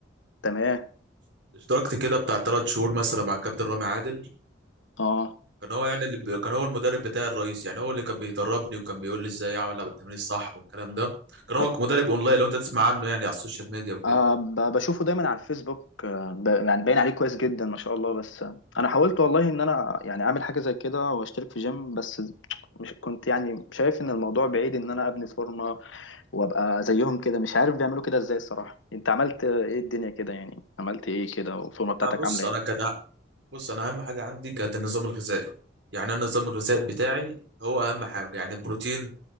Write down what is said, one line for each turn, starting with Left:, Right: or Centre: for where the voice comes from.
Left: تمام
Right: اشتركت كده بتاع 3 شهور مثلا مع الكابتن رامي عادل
Left: اه
Right: كان هو يعني اللي بي... كان هو المدرب بتاعي الرئيسي يعني هو اللي كان بيدربني وكان بيقول لي ازاي اعمل التمرين الصح والكلام ده كان
Left: طب
Right: هو مدرب اونلاين لو انت تسمع عنه يعني على السوشيال ميديا وكده
Left: آه ب- بشوفه دايما على الفيسبوك آه ب- يعني باين عليه كويس جدا ما شاء الله بس آه، انا حاولت والله ان انا يعني اعمل حاجه زي كده واشترك في جيم بس مش كنت يعني شايف ان الموضوع بعيد ان انا ابني فورمه وابقى زيهم كده مش عارف بيعملوا كده ازاي الصراحه انت عملت آه، ايه الدنيا كده يعني عملت ايه كده والفورمه بتاعتك
Right: لا بص
Left: عامله
Right: انا
Left: ايه؟
Right: كان ع- بص انا اهم حاجه عندي كانت النظام الغذائي يعني انا النظام الغذائي بتاعي هو اهم حاجه يعني البروتين